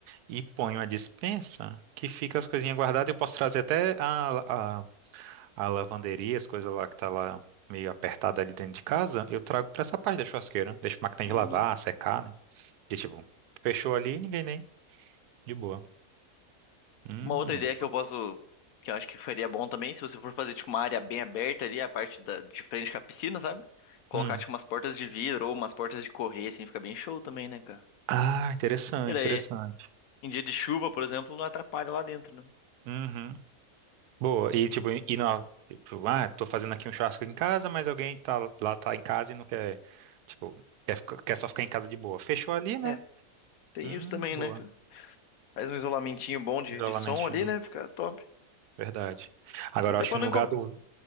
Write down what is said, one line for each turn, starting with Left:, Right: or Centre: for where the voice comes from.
Right: E põe uma dispensa que fica as coisinhas guardadas. Eu posso trazer até a- a lavanderia, as coisas lá que tá lá meio apertada ali dentro de casa, eu trago pra essa parte da churrasqueira. Deixo a máquina
Left: Uhum.
Right: de lavar, secar, né? E tipo, fechou ali, ninguém nem. De boa. Hum,
Left: Uma outra ideia
Right: de boa.
Left: que eu posso, que eu acho que faria bom também, se você for fazer tipo uma área bem aberta ali, a parte da, de frente com a piscina, sabe? Colocar
Right: Hum.
Left: tipo umas portas de vidro ou umas portas de correr, assim, fica bem show também, né, cara?
Right: Ah, interessante,
Left: E
Right: interessante.
Left: daí, em dia de chuva, por exemplo, não atrapalha lá dentro,
Right: Uhum. Boa. E tipo, e não, tipo, ah, tô fazendo aqui um churrasco em casa, mas alguém tá lá, tá em casa e não quer, tipo, quer, ficar- quer só ficar em casa de boa. Fechou ali, né?
Left: né? É, tem
Right: Hum,
Left: isso também,
Right: boa.
Left: né? cara? Faz um isolamentinho bom de,
Right: Isolamento,
Left: de som ali, né? Fica top.
Right: Verdade. Agora,
Left: Até
Right: eu acho
Left: pra
Right: que no
Left: não,
Right: lugar
Left: incom-
Right: do.